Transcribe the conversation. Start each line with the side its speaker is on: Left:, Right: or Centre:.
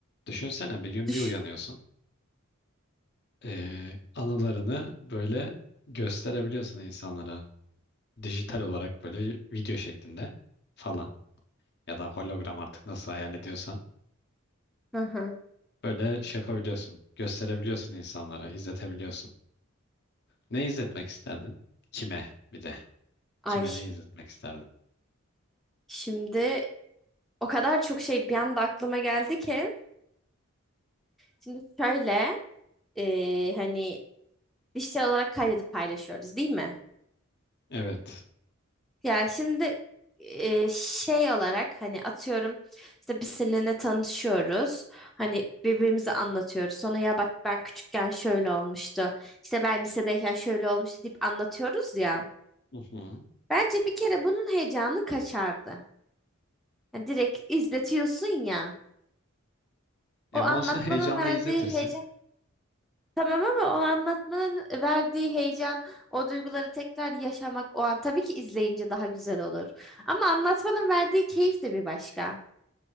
Left: Düşünsene bir gün
Centre: Düş.
Left: bir uyanıyorsun. Ee, anılarını böyle gösterebiliyorsun insanlara. Dijital olarak böyle video şeklinde falan. Ya da hologram artık nasıl hayal ediyorsan.
Centre: Hı hı.
Left: Böyle şey yapabiliyorsun. Gösterebiliyorsun insanlara. izletebiliyorsun. Ne izletmek isterdin? Kime bir de.
Centre: Ay
Left: Kime ne izletmek isterdin?
Centre: şimdi o kadar çok şey bir anda aklıma geldi ki. Şimdi şöyle e, hani dijital olarak kaydedip paylaşıyoruz değil mi?
Left: Evet.
Centre: Ya şimdi e, şey olarak hani atıyorum işte biz seninle tanışıyoruz. Hani birbirimize anlatıyoruz. Sonra ya bak ben küçükken şöyle olmuştu. İşte ben lisedeyken şöyle olmuştu deyip anlatıyoruz ya.
Left: Hı hı.
Centre: Bence bir kere bunun heyecanı kaçardı. Yani direkt izletiyorsun ya. O
Left: Ama
Centre: anlatmanın
Left: olsun <laughs> heyecanla
Centre: verdiği
Left: izletirsin.
Centre: heyecan. Tamam ama o anlatmanın verdiği heyecan, o duyguları tekrar yaşamak o an tabii ki izleyince daha güzel olur. Ama anlatmanın verdiği keyif de bir başka.